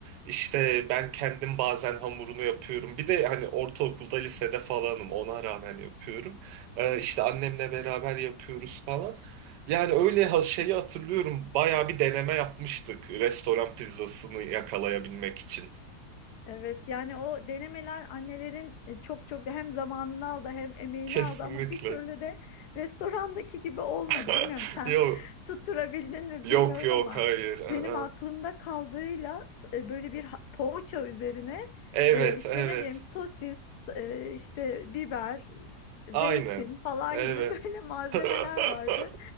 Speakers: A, on the right; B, on the left.
A: İşte ben kendim bazen hamurunu yapıyorum. Bir de hani ortaokulda, lisede falanım. Ona rağmen yapıyorum. Ee, işte annemle beraber yapıyoruz falan. Yani öyle ha- şeyi hatırlıyorum. Bayağı bir deneme yapmıştık restoran pizzasını yakalayabilmek için.
B: Evet yani o denemeler annelerin e, çok çok hem zamanını aldı hem emeğini
A: Kesinlikle.
B: aldı ama bir türlü de restorandaki gibi olmadı.
A: <laughs>
B: Bilmiyorum sen
A: Yok.
B: <laughs> tutturabildin mi
A: Yok
B: bilmiyorum
A: yok
B: ama
A: hayır. Aa.
B: benim aklımda kaldığıyla s- e, böyle bir ha- poğaça üzerine
A: Evet
B: e, işte
A: evet.
B: ne bileyim sosis, e, işte biber, e,
A: Aynen.
B: zeytin falan
A: Evet.
B: gibi <laughs> böyle malzemeler
A: <laughs>
B: vardı.